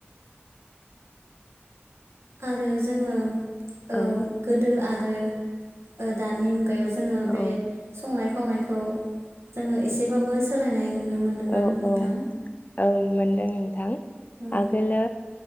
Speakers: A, on the right; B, on the left.
A: आरो जोङो ओ
B: औ
A: गोदो आरो ओ दानि मुगायाव जोङो बे
B: औ
A: संनाय खावनायखौ जोङो एसेबाबो सोलायनाय नुनो मोनदोंना
B: अ
A: नोंथां
B: अ। औ मोनदों नोंथां।
A: औ
B: आगोलो